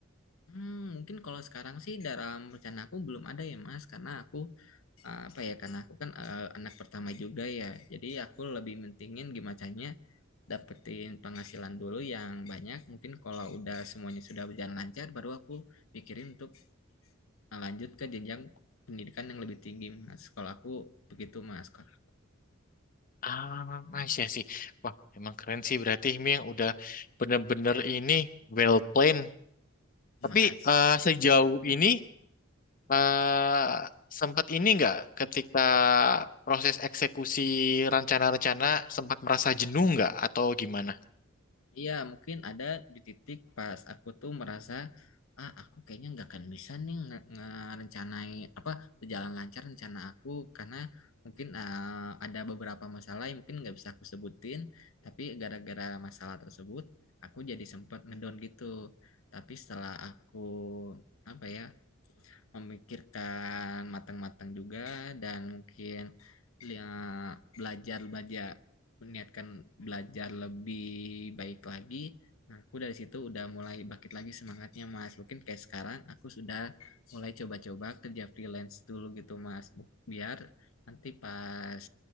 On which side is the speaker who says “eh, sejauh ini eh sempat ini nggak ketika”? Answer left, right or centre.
Left